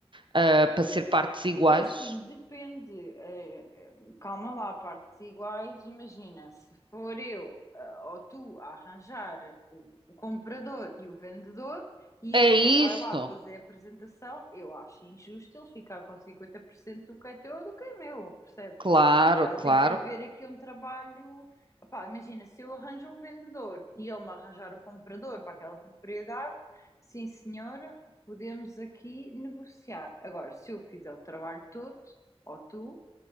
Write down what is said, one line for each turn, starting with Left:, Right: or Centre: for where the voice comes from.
Right: ah, para ser partes iguais.
Left: É assim, depende. eh, eh, calma lá, partes iguais. Imagina, se for eu ah, ou tu a arranjar o, o comprador e o vendedor e
Right: É
Left: ele só
Right: isso?
Left: vai lá fazer a apresentação, eu acho injusto ele ficar com 50% do que é teu ou do que é meu, percebes?
Right: Claro,
Left: Ah,
Right: claro,
Left: tem que haver aqui um trabalho. Epá, imagina, se eu arranjo um vendedor e ele me arranjar o comprador para aquela propriedade, sim senhor, podemos aqui negociar. Agora, se eu fizer o trabalho todo, ou tu,